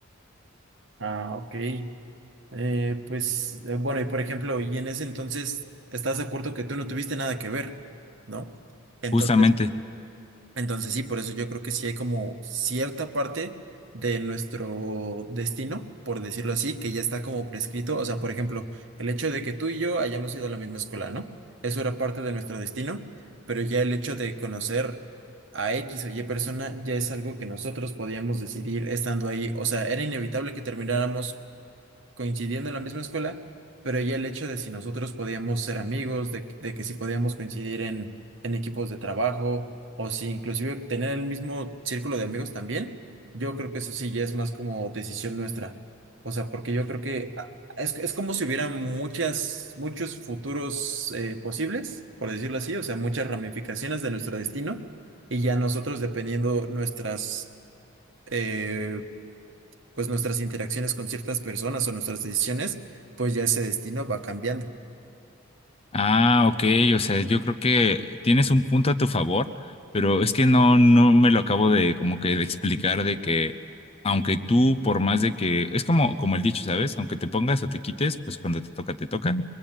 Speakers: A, on the right; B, on the left.
A: Ah, ok. Eh, pues eh, bueno, y por ejemplo, y en ese entonces, ¿estás de acuerdo que tú no tuviste nada que ver, ¿no? Entonces,
B: justamente.
A: Entonces sí, por eso yo creo que sí hay como cierta parte de nuestro destino, por decirlo así, que ya está como prescrito. O sea, por ejemplo, el hecho de que tú y yo hayamos ido a la misma escuela, ¿no? Eso era parte de nuestro destino, pero ya el hecho de conocer a X o Y persona ya es algo que nosotros podíamos decidir estando ahí. O sea, era inevitable que termináramos coincidiendo en la misma escuela, pero ya el hecho de si nosotros podíamos ser amigos, de, de que si podíamos coincidir en, en equipos de trabajo, o si inclusive tener el mismo círculo de amigos también, yo creo que eso sí ya es más como decisión nuestra. O sea, porque yo creo que ah, es, es como si hubiera muchas, muchos futuros eh, posibles, por decirlo así, o sea, muchas ramificaciones de nuestro destino, y ya nosotros dependiendo nuestras eh, pues nuestras interacciones con ciertas personas o nuestras decisiones, pues ya ese destino va cambiando.
B: Ah, ok, o sea, yo creo que tienes un punto a tu favor, pero es que no, no me lo acabo de como que de explicar de que aunque tú por más de que, es como, como el dicho, ¿sabes? Aunque te pongas o te quites, pues cuando te toca, te toca.